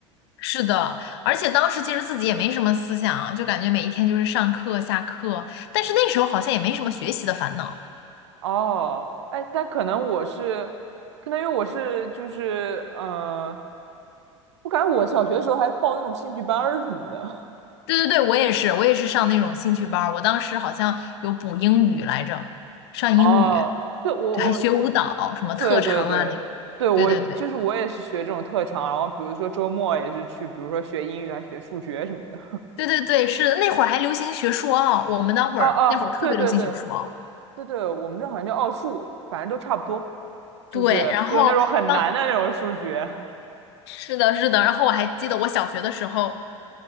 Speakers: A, on the left; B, on the right.
A: 是的，而且当时其实自己也没什么思想，就感觉每一天就是上课下课，但是那时候好像也没什么学习的烦恼。
B: 哦，哎，但可能我是，可能因为我是就是，嗯、我感觉我小学的时候还报那种兴趣班儿什么的。<laughs>
A: 对对对，我也是，我也是上那种兴趣班儿，我当时好像有补英语来着，上英语，
B: 哦，对，我我我
A: 对，还学舞蹈，什么特长啊那种。
B: 对对对对，我就是我也是学这种特长，
A: 对对对。
B: 然后比如说周末也是去，比如说学英语还学数学什么的。
A: 对对对，是的，那会儿还流行学硕奥，我们那会儿那会儿特别流行学硕奥。
B: 哦哦，对对对对对，我们这好像叫奥数，反正都差不多，就是就那种很难的那种数学。
A: 对，然后当是的，是的，然后我还记得我小学的时候，